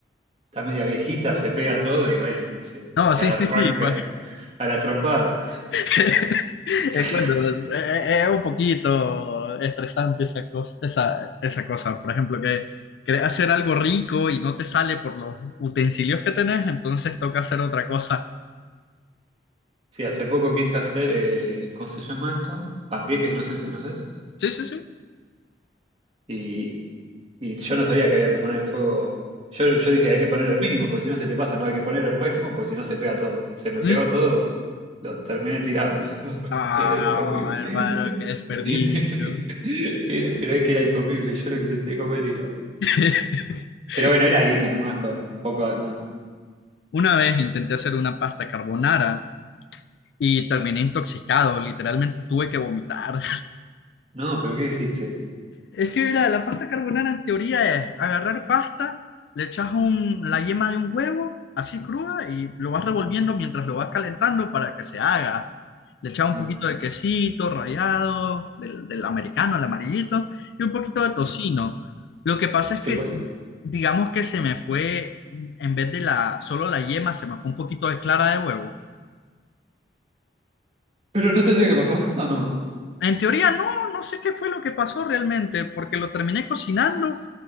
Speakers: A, on the right (about 35°); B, on the left (about 75°).
A: está media viejita, se pega todo y bueno, se,
B: No,
A: se
B: sí,
A: arranca
B: sí, sí. cua-
A: a la trompada.
B: <laughs> Es
A: <laughs>
B: cuando es, es- es un poquito estresante esa cosa, esa, esa cosa. Por ejemplo, que querés hacer algo rico y no te sale por los utensilios que tenés, entonces toca hacer otra cosa
A: Sí, hace poco quise hacer, eh, ¿cómo se llama esto? Panqueques, no sé si conoces.
B: Sí, sí, sí.
A: Y, y yo no sabía que había que poner el fuego. Yo, yo dije, hay que ponerlo al mínimo, porque si no se te pasa, no hay que ponerlo al máximo, porque si no se pega todo. Se me
B: Mm.
A: pegó todo, lo terminé tirando. <laughs>
B: Ah,
A: Era incomible.
B: hermano, qué desperdicio.
A: <laughs> Era- pero es que era incomible, yo lo intenté comer y no.
B: <laughs>
A: Pero bueno, era harina nomás, con un poco de más.
B: Una vez intenté hacer una pasta carbonara y terminé intoxicado, literalmente tuve que vomitar.
A: No, pero ¿qué hiciste?
B: Es que mira, la pasta carbonara en teoría es agarrar pasta, le echas un- la yema de un huevo así cruda y lo vas revolviendo mientras lo vas calentando para que se haga. Le echas un
A: No,
B: poquito de quesito rallado, del, del americano, el amarillito, y un poquito de tocino.
A: no,
B: Lo que pasa es
A: sí
B: que,
A: puede.
B: digamos que se me fue, en vez de la, solo la yema, se me fue un poquito de clara de huevo.
A: Pero no tendría que pasar nada, ¿o no?
B: En teoría no, no sé qué fue lo que pasó realmente, porque lo terminé cocinando.